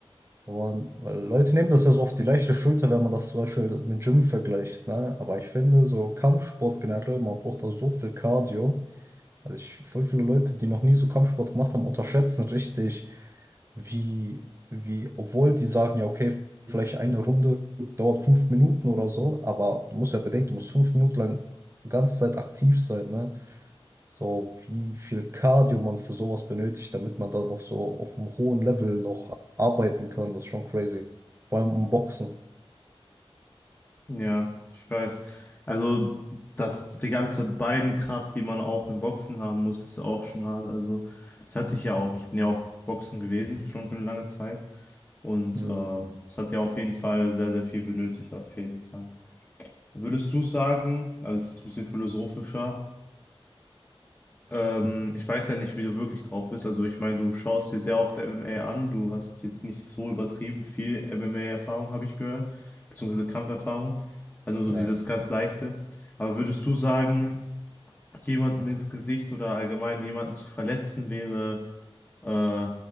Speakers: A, on the right (about 25°); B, on the left (about 20°).
A: wenn man, weil Leute nehmen das ja so auf die leichte Schulter, wenn man das zum Beispiel mit Gym vergleicht, ne? Aber ich finde, so Kampfsport generell, man braucht da so viel Cardio. Also ich, voll viele Leute, die noch nie so Kampfsport gemacht haben, unterschätzen richtig, wie, wie, obwohl die sagen, ja, okay, vielleicht eine Runde dauert fünf Minuten oder so, aber du musst ja bedenken, du musst fünf Minuten lang die ganze Zeit aktiv sein, ne? So, wie viel Cardio man für sowas benötigt, damit man da noch so auf einem hohen Level noch arbeiten kann, das ist schon crazy. Vor allem im Boxen.
B: Ja, ich weiß. Also, dass die ganze Beinkraft, die man auch im Boxen haben muss, ist auch schon hart. Also, das hatte ich ja auch. Ich bin ja auch Boxen gewesen, schon für eine lange Zeit. Und
A: Hm.
B: ähm, das hat ja auf jeden Fall sehr, sehr viel benötigt, auf jeden Fall. Würdest du sagen, also es ist ein bisschen philosophischer, ähm, ich weiß ja nicht, wie du wirklich drauf bist. Also ich meine, du schaust dir sehr oft MMA an. Du hast jetzt nicht so übertrieben viel MMA-Erfahrung, habe ich gehört, beziehungsweise Kampferfahrung. Also so
A: Ja,
B: dieses
A: ja.
B: ganz Leichte. Aber würdest du sagen, jemanden ins Gesicht oder allgemein jemanden zu verletzen wäre äh,